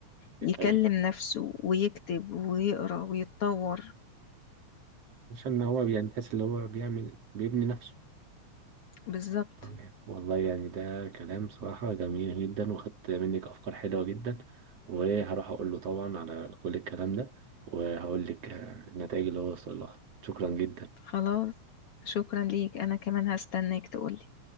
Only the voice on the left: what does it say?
يكلم
نفسه ويكتب ويقرأ ويتطور
بالظبط
خلاص شكرا ليك أنا كمان هستناك تقولي